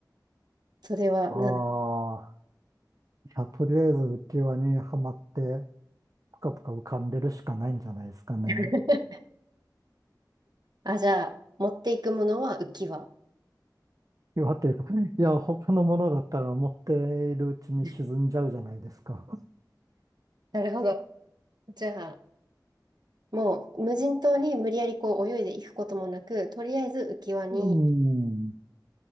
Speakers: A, on the right; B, on the right.
A: それは、
B: ああ、
A: な、
B: いや、とりあえず浮き輪にはまって、ぷかぷか浮かんでるしかないんじゃないですかね。
A: <laughs> あ、じゃあ、持っていくものは浮き輪。
B: 岩というか、いや、他のものだったら持っているうちに沈んじゃうじゃないですか。
A: <laughs> なるほど。じゃあ、もう無人島に無理やりこう泳いでいくこともなく、とりあえず浮き輪に、
B: うん、